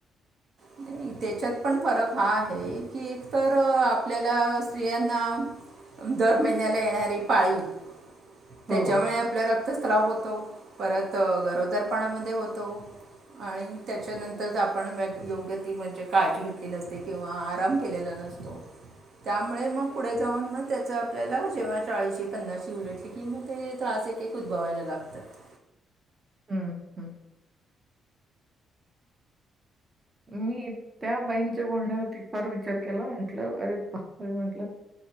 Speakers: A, on the right; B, on the right.
A: नाहीं त्यांच्यात पणं फरक हां आहे की एकतरं आपल्यांला स्त्रियांनां दरं महिन्यांला येणांरी पाळी त्यांच्यामुळे
B: हो.
A: आपलां रक्तस्राव होतो परंत गरोदरपणां मध्यें होतो आणि त्यांच्यानंतर
B: हं,
A: आपणं मेनं ग्लो गती म्हणजे काळजी घेतलेली नसते किंवा आरांम केलेलां नसतो त्यांमुळें मंग
B: हं,
A: पुढे
B: हं,
A: जाऊंन
B: हं.
A: त्यांचं आपल्यांला जेंव्हा चाळीसशे पन्नासशी उलटली की मंग ते त्रास एक एक उद्भवायंला लागतांत
B: हम्मं हम्मं मी त्यां बाईंच्या बोलण्यांवरती फांर विचार केलां म्हंटलं अरे अरे म्हंटलं